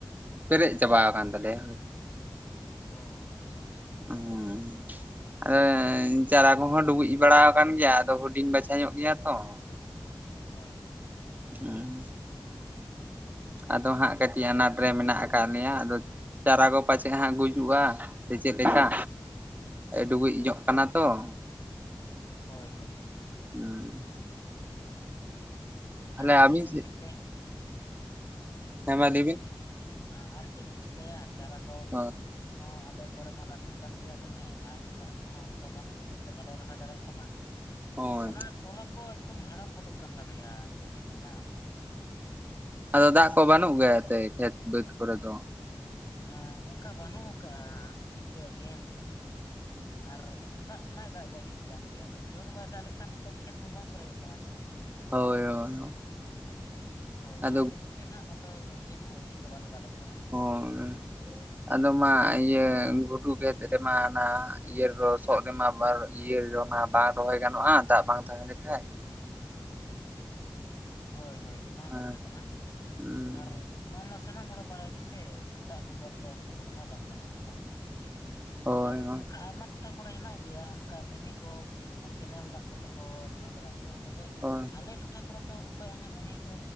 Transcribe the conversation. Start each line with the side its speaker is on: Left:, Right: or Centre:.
Right: ᱯᱮᱨᱮᱡ ᱪᱟᱵᱟ ᱟᱠᱟᱱ ᱛᱟᱞᱮᱭᱟ
Left: ᱚ ᱟᱪᱪᱷᱟ ᱟᱪᱪᱷᱟ
Right: ᱚ ᱟᱫᱚ ᱦᱮ ᱪᱟᱨᱟ ᱠᱚᱦᱚᱸ ᱰᱩᱵᱩᱡ ᱵᱟᱲᱟ ᱟᱠᱟᱱ ᱜᱮᱭᱟ, ᱟᱫᱚ ᱦᱩᱰᱤᱧ ᱵᱟᱪᱷᱟ ᱧᱚᱜ ᱜᱮᱭᱟ ᱛᱚ, <unintelligible>
Left: ᱦᱳᱭ ᱦᱳᱭ
Right: ᱩᱸ ᱟᱫᱚ ᱦᱟᱸᱜ ᱠᱟᱹᱴᱤᱡ ᱟᱱᱟᱴ ᱨᱮ ᱢᱮᱱᱟᱜ ᱟᱠᱟᱜ ᱞᱮᱭᱟ, ᱟᱫᱚ ᱪᱟᱨᱟ ᱠᱚ ᱯᱟᱪᱮᱜ ᱦᱟᱸᱜ ᱜᱩᱡᱩᱜᱼᱟ᱾ ᱥᱮ ᱪᱮᱫ ᱞᱮᱠᱟ ᱰᱩᱵᱩᱡ
Left: ᱚ
Right: ᱧᱚᱜ ᱠᱟᱱᱟ ᱛᱚ ᱾
Left: ᱦᱳᱭ ᱦᱳᱭ ᱾
Right: ᱦᱩᱸ ᱛᱟᱦᱞᱮ
Left: ᱟᱨ
Right: ᱟᱹᱵᱤᱱ
Left: ᱪᱤ ᱵᱮᱱ
Right: ᱥᱮᱫ
Left: ᱪᱤᱠᱟ
Right: ᱦᱮᱸ
Left: ᱟᱨ
Right: ᱢᱟ ᱞᱟᱹᱭ
Left: ᱪᱤ
Right: ᱵᱤᱱ
Left: ᱵᱮᱱ-ᱪᱤ ᱟ-ᱟᱨ ᱪᱮᱜ ᱵᱤᱱ ᱪᱤᱠᱟᱹᱭᱟ ᱪᱟᱨᱟ ᱠᱚ?
Right: ᱦᱳᱭ
Left: ᱦᱚᱸ ᱟᱞᱮ ᱠᱚᱨᱮ ᱢᱟ ᱞᱟᱹᱴᱩᱜ ᱠᱟᱱ ᱜᱮᱭᱟ ᱫᱚᱢᱮ ᱟᱨ ᱫᱟᱜ ᱠᱚᱦᱚᱸ ᱚᱱᱠᱟ ᱵᱟᱹᱱᱩᱜᱚ ᱛᱮ ᱵᱟᱞᱮ ᱨᱚᱦᱚᱭ ᱫᱟᱲᱮᱭᱟᱜ ᱠᱟᱱᱟ
Right: ᱦᱳᱭ
Left: ᱚᱱᱟ ᱛᱚᱞᱟ ᱠᱚ ᱮᱠᱫᱚᱢ ᱦᱟᱲᱟᱢ ᱜᱚᱫᱚᱜ ᱠᱟᱱ ᱛᱟᱞᱮᱭᱟ ᱪᱮᱫ ᱯᱮ ᱢᱮᱱᱟ
Right: ᱟᱫᱚ ᱫᱟᱜ ᱠᱚ ᱵᱟᱹᱱᱩᱜ ᱜᱮᱭᱟ ᱮᱱᱛᱮ ᱠᱷᱮᱛ ᱵᱟᱹᱫᱽ ᱠᱚᱨᱮ ᱫᱚ
Left: ᱦᱮᱸ ᱚᱱᱠᱟ ᱵᱟᱹᱱᱩᱜ ᱠᱟᱜ ᱪᱤᱠᱟᱹᱵᱤᱱ ᱟᱨ ᱫᱟᱜ ᱮᱢᱟᱭ ᱫᱟᱜ ᱡᱟᱹᱲᱤᱭ ᱠᱟᱱ ᱜᱮᱭᱟ ᱟᱫᱚ ᱡᱳᱨ ᱵᱟᱭ ᱫᱟᱜ ᱞᱮᱠᱷᱟᱱ ᱦᱚᱸᱛᱚ ᱠᱷᱮᱛ ᱢᱟ ᱵᱟᱝ ᱯᱮᱨᱮᱡᱚᱜ ᱠᱟᱱᱟ ᱥᱮ
Right: ᱦᱳᱭ ᱦᱳᱭ
Left: ᱦᱳᱭ ᱚᱱᱟ
Right: ᱟᱫᱚ
Left: ᱤᱫᱤ ᱠᱟᱛᱮ ᱱᱟᱜ ᱟᱫᱚ ᱪᱮᱫ ᱦᱚᱸ ᱪᱤᱠᱟᱹ ᱵᱟᱞᱮ ᱫᱟᱲᱮᱜ ᱠᱟᱱᱟ ᱾
Right: <unintelligible> ᱟᱫᱚ ᱢᱟ ᱤᱭᱟᱹ ᱜᱷᱩᱰᱩ ᱜᱮᱫ ᱨᱮᱢᱟ ᱚᱱᱟ ᱤᱭᱟᱹ ᱨᱚᱥᱚᱜ ᱨᱮᱢᱟ ᱵᱟᱨ ᱤᱭᱟᱹ ᱨᱚᱱᱟ ᱵᱟᱝ ᱨᱚᱦᱚᱭ ᱜᱟᱱᱚᱜᱼᱟ ᱫᱟᱜ ᱵᱟᱝ ᱛᱟᱦᱮᱸ ᱞᱮᱠᱷᱟᱡ ᱾
Left: ᱦᱳᱭ ᱦᱳᱭ ᱚᱱᱟ
Right: ᱦᱮᱸ
Left: ᱠᱟᱛᱷᱟ ᱠᱟᱱᱟ,
Right: ᱦᱩᱸ
Left: ᱟᱨ ᱚᱱᱟ ᱢᱟ ᱥᱟᱱᱟᱢ ᱦᱚᱲᱟᱜ ᱵᱟᱲᱟᱭ ᱜᱮᱥᱮ ᱾ ᱫᱟᱜ ᱵᱮᱜᱚᱨ ᱫᱚ ᱦᱩᱲᱩ <unintelligible> ᱢᱟ ᱵᱟᱝ ᱜᱟᱱᱚᱜ ᱛᱟᱵᱚᱱ,
Right: ᱦᱳᱭ
Left: ᱟᱨ
Right: ᱦᱳᱭ
Left: ᱚᱱᱠᱟ ᱟᱭᱢᱟ ᱴᱚᱴᱷᱟ ᱠᱚᱨᱮ ᱦᱮᱱᱟᱜ ᱜᱮᱭᱟ ᱚᱱᱠᱟ ᱢᱤᱱᱤ ᱠᱚ ᱠᱮᱱᱮᱞ ᱫᱟᱜ ᱠᱚᱛᱮ ᱠᱚ ᱨᱚᱦᱚᱭ ᱵᱟᱲᱟᱭ ᱜᱮᱭᱟ ᱾ ᱛᱚᱵᱮ
Right: ᱚ
Left: ᱟᱞᱮ ᱴᱚᱴᱷᱟ ᱠᱚᱨᱮ ᱫᱚ ᱚᱠᱚᱭᱟᱜ ᱦᱚᱸ ᱢᱤᱱᱤ ᱠᱚ